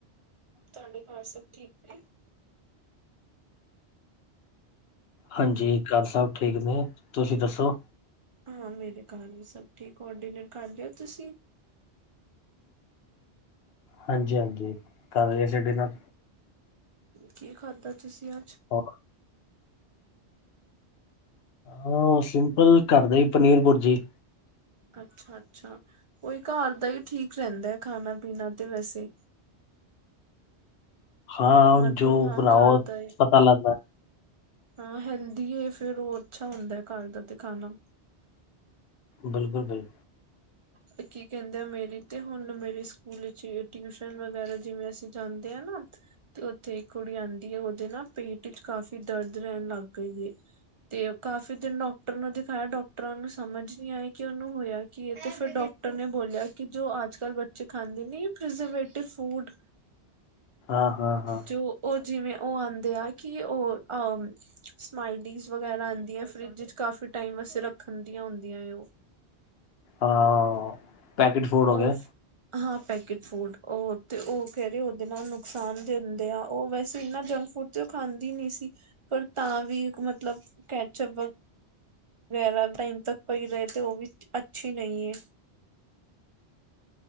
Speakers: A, on the right; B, on the left.
A: ਤੁਆਡੇ ਘਾੱਰ ਸੱਬ ਠੀਕ ਨੇ।
B: ਹਾਂਜੀ ਘਾੱਰ ਸੱਬ ਠੀਕ ਨੇ, ਤੁਸੀ ਦੱਸੋ‌।
A: ਹਾਂ ਮੇਰੇ ਘਾੱਰ ਵੀ ਸੱਬ ਠੀਕ ਔਰ ਡੀਨੇਰ ਕਰ ਲੇਆ ਤੁਸੀ।
B: ਹਾਂਜੀ-ਹਾਂਜੀ, ਕਰ ਲੇਆ ਸੀ ਡੀਨਰ।
A: ਕੀ ਖਾਦਾ ਤੁਸੀ ਆੱਜ।
B: ਹੋ ਹਾਂ ਓ ਸਿੰਪਲ ਘਾੱਰ ਦਾ ਈ ਪਨੀਰ ਪੁਰਜੀ।
A: ਅੱਛਾ-ਅੱਛਾ। ਓਈ ਘਾੱਰ ਦਾ ਈ ਠੀਕ ਰੈਂਦੈ ਖਾਨਾ-ਪੀਨਾ ਤੇ ਵੈਸੇ।
B: ਹਾਂ
A: ਮਤਲਬ
B: ਜੋ
A: ਹਾਂ
B: ਬਨਾਓ,
A: ਘਰ ਦਾ ਏ
B: ਪਤਾ ਲਾੱਗਦੈ।
A: ਹਾਂ ਹੈਲਦੀ ਏ ਫੇਰ ਓ ਅੱਛਾ ਓਂਦੈ ਘਾੱਰ ਦਾ ਤੇ ਖਾਨਾ
B: ਬਿਲਕੁਲ ਬਿਲ
A: ਤੇ ਕੀ ਕੈਂਦੇ ਆ ਮੇਰੀ ਤੇ ਹੁਨ ਮੇਰੀ ਸਕੂਲ ਇਚ ਟਿਯੂਸ਼ਨ ਵਗੈਰਾ ਜਿਵੇਂ ਅਸੀਂ ਜਾਂਦੇ ਆ ਨਾ ਤੇ ਓਥੇ ਇੱਕ ਕੁੜੀ ਆਂਦੀ ਏ ਓਦੇ ਨਾ ਪੇਟ ਇਚ ਕਾਫੀ ਦਰਦ ਰੈਨ ਲੱਗ ਗਈ ਤੇ ਓ ਕਾਫੀ ਦਿਨ ਡੋਕਟਰ ਨੂੰ ਦਿਖਾਏਆ ਡੋਕਟਰਾਂ ਨੂੰ ਸਮਜ ਨੀ ਆਈ ਕਿ ਉਨੂੰ ਹੋਏਆ ਕੀ ਏ। ਤੇ ਫੇਰ ਡੋਕਟਰ ਨੇ ਬੋਲੇਆ ਕਿ ਜੋ ਆੱਜ-ਕਾੱਲ ਬੱਚੇ ਖਾਂਦੇ ਨੀ ਏ ਪੀਜਰਵੇਟਿਵ ਫੂਡ
B: ਹਾਂ ਹਾਂ ਹਾਂ
A: ਜੋ ਓ ਜਿਵੇ ਓ ਆਂਦੇ ਆ ਕਿ ਓ ਆ ਓ ਸਮਾਈਲੀਜ਼ ਵਗੈਰਾ ਆਂਦੀਐ ਫਰਿੱਜ ਇਚ ਕਾਫ਼ੀ ਟਾਈਮ ਵੱਸੇ ਰੱਖਨ ਦੀਆ ਓਂਦੀਐ ਓ
B: ਹਾਂ। ਪੈਕੇਟ ਫੂਡ ਹੋ
A: ਓ
B: ਗਿਆ
A: ਫ ਹਾਂ ਪੈਕੇਟ ਫੂਡ ਓ ਤੇ ਓ ਕੈ ਰੇ ਓਦੇ ਨਾਲ ਨੁਕਸਾਨ ਦਿੰਦੇ ਆ ਓ ਵੈਸੇ ਇਨਾਂ ਜੰਕ ਫੂਡ ਤੇ ਓ ਖਾਂਦੀ ਨੀ ਸੀ, ਪਰ ਤਾ ਵੀ ਮਤਲਬ ਕੈਚਅਪ ਵ ਗੈਰਾ ਟਾਈਮ ਤੱਕ ਪਈ ਰਏ ਤੇ ਓ ਵੀ ਅੱਛੀ ਨਈ ਏ